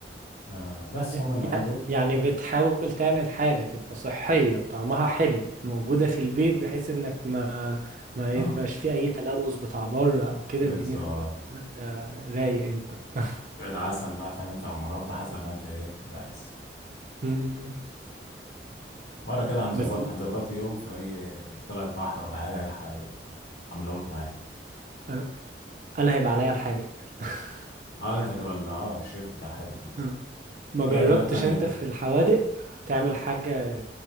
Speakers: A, on the left (about 70°); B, on the right (about 45°).
A: آه بس
B: ي-
A: هما النوعين دول
B: يعني بتحاول تعمل حاجة تبقى صحية وطعمها حلو موجودة في البيت بحيث انك ما ما
A: اه
B: يبقاش في اي تلوث بتاع بره او كده
A: بالظبط
B: الدنيا تبقى ده رايق انت <laughs>
A: شوية عسل بقى فاهم انت أو مربى حسب ما انت ايه تبقى عايز
B: مم.
A: مرة كده هنظبطها
B: بس
A: هنظبط يوم في أي طلعة بحر ولا حاجة أي حاجة أعملها لكم معايا
B: انا انا هيبقى عليا الحادق <laughs>
A: اه لا، انت تبقى ال- اه الشيف بتاع الحاجة اه.
B: مم. ما
A: في
B: جربتش
A: أكلات تانية
B: انت في الحوادق تعمل حاجة